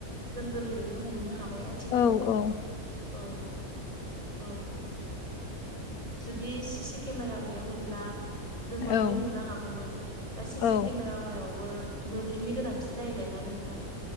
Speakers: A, on the right; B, on the left.
A: जों गोरलैयैनो हमनो हाबाय थिखालाव
B: औ औ
A: औ औ जुदि सिसि केमेरा गैयामोनब्ला जों
B: औ
A: माब्रै हमनो हागौमोन दा सिसि
B: औ
A: केमेरायावबो मोब्लिबनि गोनांथि जायोलायना नोंथां